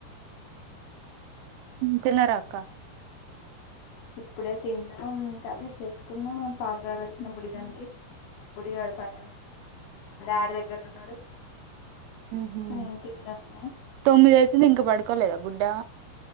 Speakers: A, on the right (about 80°); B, on the left (about 70°).
A: తిినరాకా
B: ఇప్పుడే తిన్నా ట్యాబ్లెట్స్ వేసుకున్నా పాలుగాబడుతున్నా బుడిగానికి గుడివాడ పైనళ ఆడ దగ్గర ఉన్నాడు
A: హ
B: నేను కింద ఉన్నా
A: తొమ్మిది అయితుంది ఇంకా పడుకోలేదా బుడ్డా